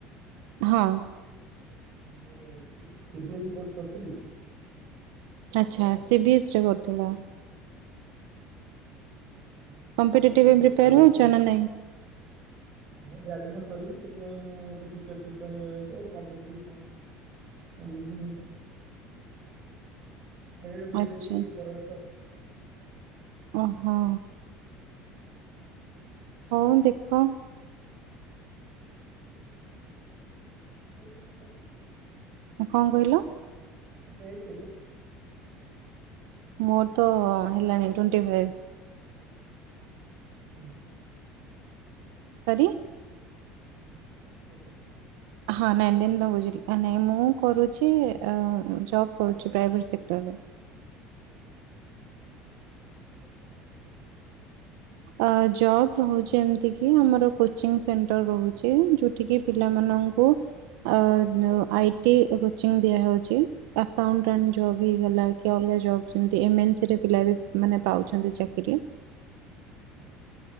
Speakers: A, on the right; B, on the right.
A: ହଁ।
B: ମୁଁ C B S B course କରିଥିଲି।
A: ଆଚ୍ଛା ସି ବି ଏସ୍ ରେ କରୁଥିଲ।
B: ମୋରପ୍ରସେଟେ
A: କମ୍ପିଟେଟିଭ
B: ରହିଚି
A: ପାଇଁ ପ୍ରିପେୟାର
B: ସେଭେଟି
A: ହଉଛ
B: ପ୍ରସେଟେରଖିଛି।
A: ନା ନାଇଁ
B: ମୁଁ ଗ୍ରାଜୁଏସନ କରିକି ସେଥିପାଇଁ ମୁଁ ସେ ଟିଚରସିପ୍ ପାଇଁ ଇଏ ହେଉଛିଆଉ କମ୍ପେଟିଭ କଣ ମୋ ନିଜକୁନେଇକି ହାୟାର ବିଡି
A: ଆଚ୍ଛା
B: ଦେବି ପର ବର୍ଷରେ।
A: ଓ ହଁ। ହଁ ଦେଖ।
B: ନେଇକି ତତେ।
A: କଣ କହିଲ?
B: ଆପଣଙ୍କ ଏଜ୍ କେତେ।
A: ମୋର ତ ହେଲାଣି ଟେଣ୍ଟି ଫାଇପି
B: ମୋର ନାଇନ୍ ଟି ନାଇନ୍‌।
A: ସରି।
B: ନାଇଁ ଟିନି, ଆପଣ କଣ କରୁଚନ୍ତି?
A: ହଁ ନାଇଟିନ୍ ତ ବୁଝିଲି, ନାଇଁ ମୁଁ କରୁଛି ଜବ କରୁଛି ପ୍ରାଇଭେଟ ସେକ୍ଟରରେ।
B: କଣ ପିଧକଣ ପିଧି?
A: ଅ ଜବ ରହୁଛି ଏମିତି କି ଆମର କୋଚିଙ୍ଗି ସେଣ୍ଟର ରହୁଚି ଯୋ ଟିକିକି ପିଲାମାନଙ୍କୁ ଅଆଇ ଟି କୋଚିଙ୍ଗି ଦିଆହଉଛି। ଆକାଉଣ୍ଟାଣ୍ଟ ଜବ୍ ହେଇଗଲା କି ଅଲଗା ଜବ୍ ଯେମିତି, ଏମ ଏନ୍ ସି ରେ ପିଲା ବି ମାନେ ପାଉଛନ୍ତି ଚାକିରି।
B: ଆଜ୍ଞା।